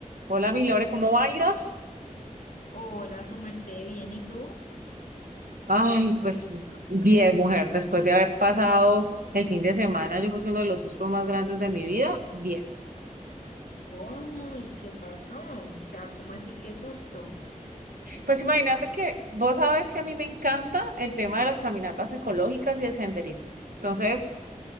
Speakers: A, on the right (about 85°); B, on the left (about 80°).
A: Hola, mi Lore, ¿cómo bailas?
B: Hola, su merced, bien, ¿y tú?
A: Ay, pues bien, mujer, después de haber pasado el fin de semana, yo creo que uno de los sustos más grandes de mi vida, bien.
B: ¿Cómo y qué pasó? O sea, ¿cómo así qué susto?
A: Pues imagínate que vos sabes que a mí me encanta el tema de las caminatas ecológicas y el senderismo. Entonces,